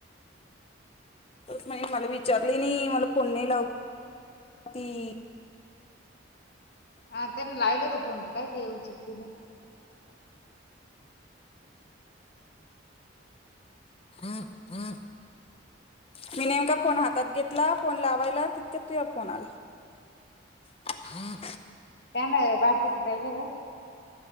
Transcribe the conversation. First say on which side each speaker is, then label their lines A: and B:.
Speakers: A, on the left; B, on the left.
A: <inaudible> मला विचारले नाही मला फोन नाही लाव ती
B: हा त्याने लायलोत फोण काय ते येव चुध नाही <unintelligible>
A: हम हम् <unintelligible> मी नेमका फोन हातात घेतला फोन लावायला तितक्या तुझा फोन आला. हा
B: त्याना बार जाहिलय ग <unintelligible>